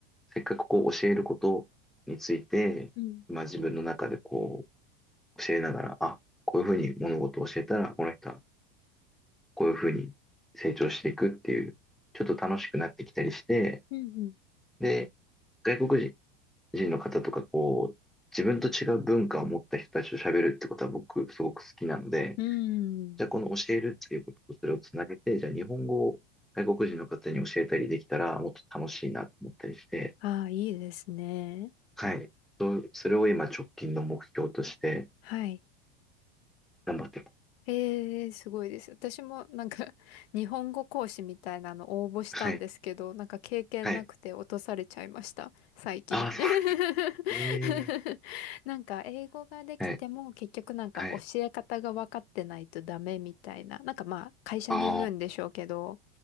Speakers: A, in the centre; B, on the left.
A: せっかくこう教えることについて、
B: うん、
A: まあ自分の中でこう教えながら、あ、こういうふうに物事を教えたら、この人はこういうふうに成長していくっていう、ちょっと楽しくなってきたりして、
B: うん、
A: で、外国人の方とか、こう、自分と違う文化を持った人たちと喋るってことは僕すごく好きなので、
B: うん。うん。
A: じゃあこの教えるっていうこととそれをつなげて、じゃあ日本語を外国人の方に教えたりできたらもっと楽しいなと思ったりして、
B: ああ、いいですね。
A: はい。そうそれを今直近の目標として
B: はい。
A: 頑張ってます。
B: ええ、すごいです。私もなんか、<laughs> 日本語講師みたいなの応募したんですけど、
A: はい。
B: なんか経験なくて落とされちゃいました。
A: はい。
B: 最近。
A: ああ、そう。
B: <laughs>
A: ええ
B: なんか、英語ができても結局なんか教え方が分かってないとダメみたいな。
A: はい。はい。
B: なんかまあ、会社によるんでしょうけど、
A: あ